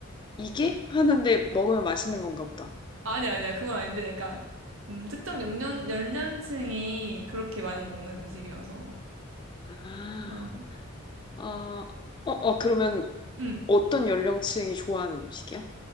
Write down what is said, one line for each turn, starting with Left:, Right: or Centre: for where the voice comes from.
Left: 이게? 하는데 먹으면 맛있는 건가 보다.
Right: 아니, 아니야. 그건 아닌데, 약간, 음, 특정 연령, 연령층이 그렇게 많이
Left: 어,
Right: 먹는 음식이어서.
Left: 아,
Right: 어,
Left: 어, 어, 어, 그러면
Right: 음,
Left: 어떤 연령층이 좋아하는 음식이야?